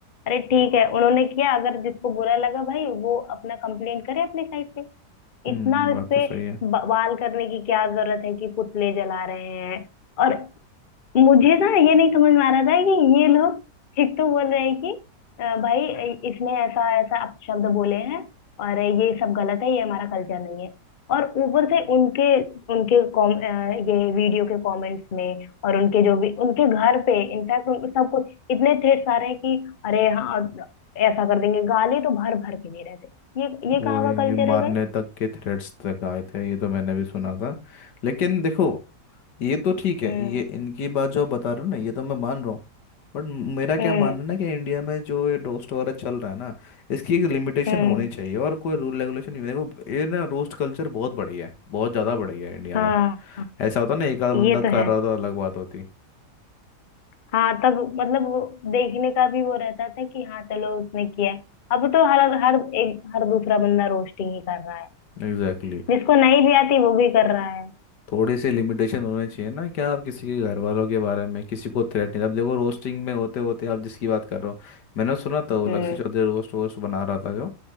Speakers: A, on the left; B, on the left.
A: अरे ठीक है उन्होंने किया अगर जिसको बुरा लगा भाई वो अपना कंप्लेंट करे अपने साइड से
B: हम्म
A: इतना
B: बात
A: इस पे
B: तो सही है
A: बवाल करने की क्या जरूरत है कि पुतले जला रहे हैं और मुझे ना ये नहीं समझ में आ रहा था कि ये लोग एक तो बोल रहे हैं कि अ, भाई इसने ऐसा ऐसा अपशब्द बोले हैं और ये सब गलत है ये हमारा कल्चर नहीं है और ऊपर से उनके उनके कॉम अ, ये वीडियो के कमेंट्स में और उनके जो भी उनके घर पे इनफैक्ट सब कुछ इतने थ्रेट्स आ रहे हैं कि अरे हाँ ऐसा कर देंगे गाली तो भर भर के दे रहे थे ये ये
B: वो
A: कहाँ
B: ये
A: का कल्चर
B: मारने
A: है भाई
B: तक के थ्रेट्स तक आए थे ये तो मैंने भी सुना था लेकिन देखो ये तो ठीक है
A: हम्म
B: ये इनकी बात जो आप बता रहे हो ना ये तो मैं मान रहा हूँ बट मेरा क्या
A: हम्म
B: मानना है ना कि इंडिया में जो ये रोस्ट वगैरह चल रहा है ना इसकी एक लिमिटेशन
A: हम्म
B: होनी चाहिए और कोई रूल रेगुलेशन नहीं देखो ये ना रोस्ट कल्चर बहुत बढ़िया है बहुत ज़्यादा बढ़िया है इंडिया
A: हाँ
B: में ऐसा होता ना एक आध बंदा
A: ये तो
B: कर
A: है
B: रहा था अलग बात होती
A: हाँ तब मतलब वो देखने का भी वो रहता था कि हाँ चलो उसने किया है अब तो हर हर एक हर दूसरा बंदा रोस्टिंग ही कर रहा है
B: एग्जैक्टली
A: जिसको नहीं भी आती वो भी कर रहा है
B: थोड़ी सी लिमिटेशन होनी चाहिए ना क्या आप किसी के घर वालों के बारे में किसी को थ्रेट नहीं अब देखो रोस्टिंग में होते होते आप जिसकी बात कर रहे हो मैंने सुना था वो लक्ष्य
A: हम्म
B: चौधरी रोस्ट वोस्ट बना रहा था जो